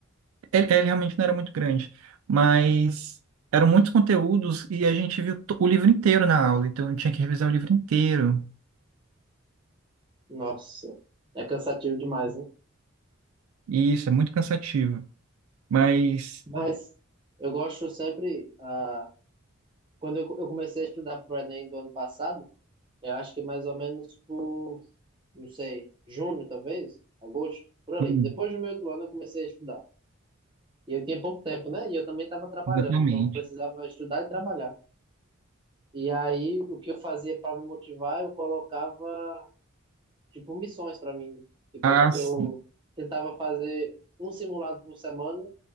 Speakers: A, on the right; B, on the right.
A: ele, ele realmente não era muito grande, mas eram muitos conteúdos e a gente viu to- o livro inteiro na aula, então eu tinha que revisar o livro inteiro.
B: Nossa, é cansativo demais, né?
A: E isso é muito cansativo. Mas,
B: Mas eu gosto sempre, ah, quando eu, eu comecei a estudar para o Enem do ano passado, eu acho que mais ou menos por, não sei, junho talvez, agosto, por ali.
A: hum,
B: Depois do meio do ano eu comecei a estudar. E eu tinha pouco tempo, né? E eu também estava trabalhando,
A: exatamente.
B: então eu precisava estudar e trabalhar. E aí, o que eu fazia para me motivar, eu colocava, tipo, missões para mim. Tipo,
A: As
B: eu, eu tentava fazer um simulado por semana